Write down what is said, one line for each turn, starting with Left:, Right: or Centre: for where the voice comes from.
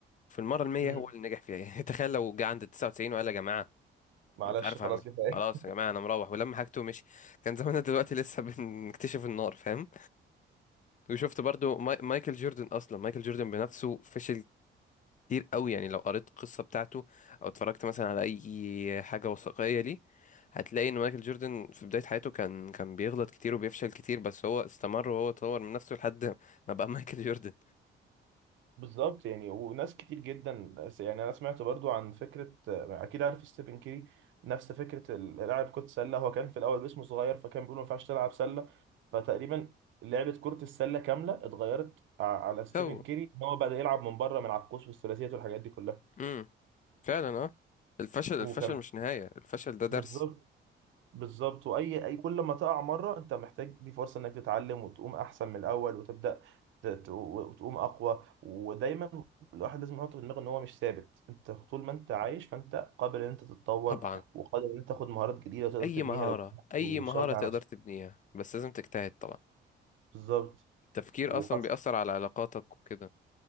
Left: في المره المية
Right: مم.
Left: هو اللي نجح فيها <laughs> يعني تخيل لو جه عند 99 وقال يا جماعه
Right: معلش
Left: أنا مش عارف
Right: خلاص
Left: اعمل
Right: كفايه
Left: خلاص يا جماعه انا مروح ولما حاجته ومشي كان زماننا دلوقتي لسه <laughs> بنكتشف النار فاهم وشفت برضو ماي... مايكل جوردن اصلا مايكل جوردن بنفسه فشل كتير قوي يعني لو قريت القصه بتاعته او اتفرجت مثلا على اي حاجه وثائقيه ليه هتلاقي ان مايكل جوردن في بدايه حياته كان كان بيغلط كتير وبيفشل كتير بس هو استمر وهو طور من نفسه لحد ما بقى <laughs> مايكل جوردن
Right: بالظبط يعني وناس كتير جدا يعني انا سمعت برضو عن فكره اكيد عارف ستيفن كيري نفس فكره ال- لاعب كره سله هو كان في الاول جسمه صغير فكان بيقولوا ما ينفعش تلعب سله فتقريبا لعبه كره السله كامله اتغيرت ع- على ستيفن
Left: سو
Right: كيري ان هو بدا يلعب من بره من على القوس والثلاثيات والحاجات دي كلها
Left: امم فعلا اه الفشل
Right: وكان
Left: الفشل مش نهايه الفشل ده درس
Right: بالظبط بالظبط واي اي كل ما تقع مره انت محتاج دي فرصه انك تتعلم وتقوم احسن من الاول وتبدا ت- ت- وتقوم اقوى ودايما الواحد لازم يحط في دماغه ان هو مش ثابت انت طول ما انت عايش فانت قابل ان انت تتطور
Left: طبعا
Right: وقادر ان انت تاخد مهارات جديده تقدر
Left: اي
Right: تبنيها
Left: مهارة
Right: لو
Left: اي
Right: واشتغلت
Left: مهارة
Right: على
Left: تقدر
Right: نفسك
Left: تبنيها بس لازم تجتهد طبعا
Right: بالظبط
Left: التفكير
Right: وخاصه
Left: اصلا بيأثر على علاقاتك وكده